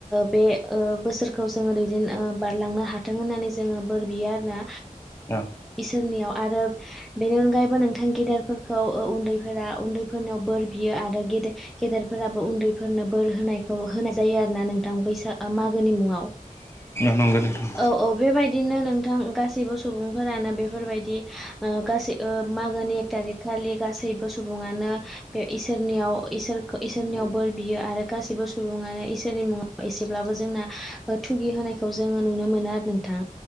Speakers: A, in the centre; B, on the left.
A: बे बोसोरखौ जोङो दैदेन बारलांनो हाथों होननानै बोर बियो आरोना
B: औ
A: इसोरनि आरो बेनि अनगायैबो नोंथां गेदेरफोरखौ उनदैफोरा उनदैफोरनियाव बोर बियो आरो गेदेरफोराबो उनदैफोरनो बोर होनायखौ होनाय जायो आरोना नोंथां बैसाग मागोनि मुङाव
B: नंगौ नोंथां
A: औ औ बेबायदिनो नोंथां गासैबो सुबुंफोरानो बेफोरबायदि गासै मा गोनि एक थारिक खालि गासैबो सुबुङानो बे इसोरनियाव इसोरखौ इसोरनियाव बोर बियो आरो गासैबो सुबुङानो इसोरनि मुङाव एसेब्लाबो जोंना थुगि होनायखौ जोङो नुनो मोनो आरो नोंथां